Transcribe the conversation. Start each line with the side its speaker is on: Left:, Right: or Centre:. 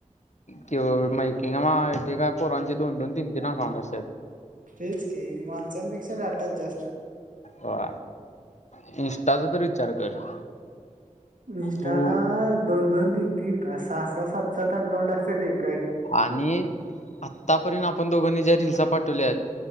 Left: किंवा <unintelligible> एके एके का पोरांचे दोन दोन, तीन तीन अकाउंट अस
Right: तेच की माणसांपेक्षा डाटाच जास्त हाय.
Left: वा इन्स्टा च तर विचार कर?
Right: इंस्टाला
Left: तू
Right: दोन दोन, तीन तीन काय सहा - सात सात अकाउंट असत्यात एक.
Left: आणि आतापर्यंत आपण दोघांनी ज्या रिल्स पाठवल्यात.